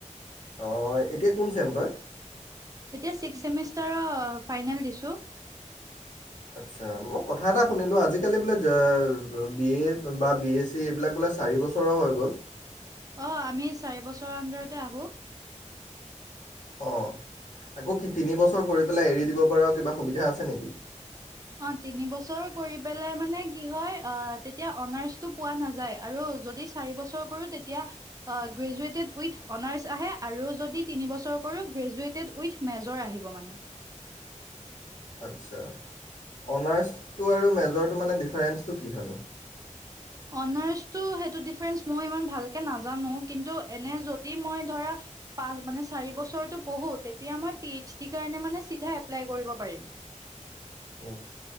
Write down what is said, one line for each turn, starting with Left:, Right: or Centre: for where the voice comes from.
Left: অঁ এতিয়া কোন ছেম তই?
Right: এতিয়া ছিক্স চেমিষ্টাৰৰ ফাইনেল দিছো।
Left: আচ্ছা মই কথা এটা শুনিলোঁ আজিকালি বোলে বি এ বা বি এ চি এইবিলাক বোলে চাৰি বছৰৰ হৈ গ'ল।
Right: অ আমি চাৰি বছৰৰ আন্দৰতে আহোঁ।
Left: অ, আকৌ তিনিবছৰ কৰি পেলাই এৰি দিব পৰা আৰু কিবা সুবিধা আছে নেকি?
Right: অ, তিনিবছৰ কৰি পেলাই মানে কি হয়? তেতিয়া অনাৰছটো পোৱা নাযায় আৰু যদি চাৰিবছৰ কৰোঁ, তেতিয়া গ্ৰেজুৱেটেড উইথ অনাৰ্ছ আহে আৰু যদি তিনিবছৰ কৰোঁ, গ্ৰেজুৱেটেড উইথ মেজৰ আহিব মানে।
Left: আচ্ছা, অনাৰ্ছটো আৰু মেজৰটো মানে ডিফাৰেন্ঞ্চটো কি হয়নো?
Right: অনাৰ্চটো সেইটো ডিফাৰেন্ঞ্চ মই ইমান ভালকে নাজানো, কিন্তু এনে যদি মই ধৰা পাচ মানে, চাৰি বছৰটো পঢ়োঁ তেতিয়া মই পি, এইচ, ডিৰ কাৰণে মই চিধা এপ্লাই কৰিব পাৰিম।
Left: অ'।